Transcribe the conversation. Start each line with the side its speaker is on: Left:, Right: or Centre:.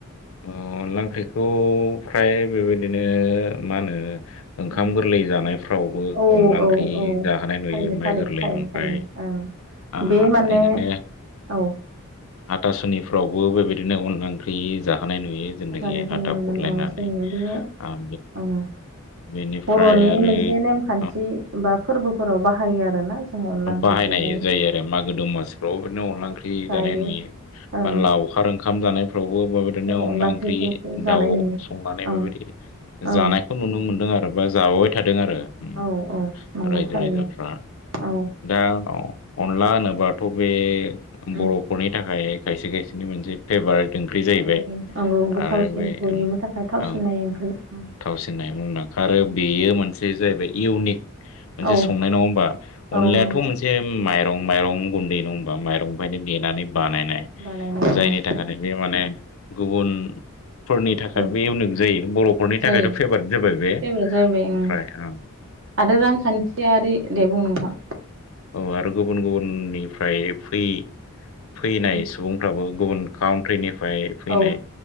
Left: ओ अनला ओंख्रिखौ फ्राय बेबायदिनो मा होनो ओंखाम
Right: औ
Left: गोरलै जानायफ्रावबो
Right: औ
Left: अनला
Right: औ
Left: ओंख्रि
Right: औ
Left: जाहोनाय नुयो
Right: थारैनो थारैनो
Left: माइ गोरलै।
Right: थारैनो
Left: ओमफ्राय
Right: थारैनो ओं
Left: आ
Right: बे माने
Left: इदिनो
Right: औ
Left: हाथासुनिफ्रावबो बेबायदिनो अनला ओंख्रि जाहोनाय नुयो जोंनाखि
Right: जाहोनायखौ
Left: हाथा
Right: नुनो
Left: खुरलायनानै।
Right: मोनो औ जोंनि बे
Left: आ
Right: ओं
Left: बेनिफ्राय
Right: बर'नि
Left: आरो
Right: मोनसे नेमखान्थि
Left: अ,
Right: बा फोरबोफोराव बाहायो आरोना। जों अनला ओंख्रिखौहाय
Left: बाहायनाय जायो आरो मागो दमासिफ्राव बिदिनो अनला ओंख्रि
Right: जायो
Left: जानाय नुयो।
Right: ओ
Left: लावखार ओंखाम- फ्रावबो बेबायदिनो
Right: जोङो
Left: अनला
Right: ओंख्रिखौखौ
Left: ओंख्रि
Right: जानाय
Left: दाउ
Right: नुयो
Left: संनानै
Right: औ
Left: बेबायदि
Right: औ
Left: जानायखौ नुनो मोनदों आ- आरोबा जाबोबाय थादों आरो उम
Right: औ औ नंगौ
Left: रायजो-राजाफ्रा।
Right: थारैनो औ
Left: दा अ अनला होनोबाथ' बे
Right: उम
Left: बर'फोरनि थाखाय खायसे खायसेनि मोनसे फेभारेट ओंख्रि जाहैबाय
Right: औ औ आंगौ गोथावसिन
Left: आरो बे
Right: बयनिबो थाखाय थावसिननाय
Left: औ
Right: ओंख्रि। उम
Left: थावसिननाय मुंदांखा आरो
Right: उम
Left: बेयो मोनसे जाहैबाय इउनिक मोनसे
Right: औ
Left: संनाय नङा होमबा।
Right: औ
Left: अनलायाथ'
Right: नंगौ
Left: मोनसे माइ- माइरं गुन्दै नङा होमबा माइरंनिफ्रायनो देनानै बानायनाय।
Right: बानायनाय
Left: जायनि
Right: औ
Left: थाखाय बे माने गुबुनफोरनि थाखायबो
Right: औ
Left: इउनिक जायो बर'- नि
Right: जायो
Left: थाखायथ' फेभारेट जाबाय बे। ओमफ्राय
Right: फेभरेट जाहैबाय ओं
Left: ओ
Right: आरो रांखान्थियारि‌। दे बुं नोंथां।
Left: औ आरो गुबुन गुबुननिफ्राय फै फैनाय
Right: उम
Left: सुबुंफ्राबो गुबुन काउन्ट्रिनिफ्राय फैनाय
Right: औ